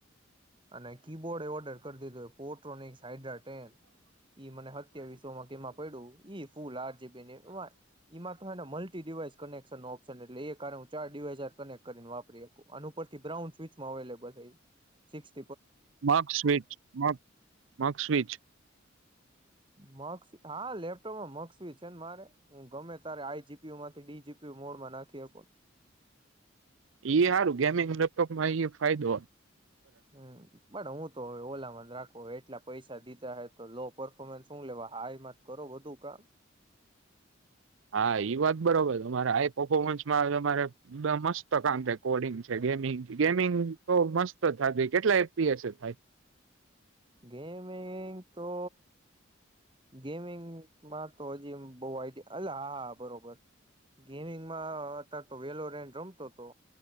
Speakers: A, on the right; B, on the right.
A: અને કીબોર્ડ એ ઓર્ડર કરીેતોય પોર્ટ્રોનિક્સ હ્રન ઈ મને હત્યા વિશ્વમાં કેમાં પડ્યું ઈ ફૂલ આર જેબીમાં ને મલ્ટી ડિવાઈસ કનેક્શન નો ઓપ્શન એટલે એ કારણે હ ચાર ડિવાઈસ કનેક્ટ કરીને વાપરીકું આ ઉપરથી બ્રાઉન સ્વચમાં અવેલેબલ થઈ સિક્સ
B: માક સ્વીચ મા માક સ્વીચ
A: મક્ષ હા લેપટોપમાં મક્ષક્ષવી છે ને મારે હું ગમે તારે આઈજીપીય માંથી ડીજીપીયુ મોડમાં નાખી આપું
B: એઈ સારું ગેમિંગ લેપટોપમાં એ ફાયદો હોય
A: હમ બટ હું વે ઓલામાં જ રાખો એટલા પૈસા દીધા હોય તો લો પરફોર્મન્સ શું લેવા હાઈમાં જ કરો બધુ કામ
B: હા વાત બરોબર તમારે આઈ પફોર્મન્સમાં તમારે મસ્ત કામ થાય કોડિંગ છે ગેમિંગ ગેમિંગ તો મસ્ત થાય કેટલા એપીએસ થાય
A: ગેમિંગ તો ગેમિંગમાં તો હજી બ આઈડ અ હા હા બરોબર ગેમિંગમાં અત્યારે તો વેલો રેડ રમતો હતો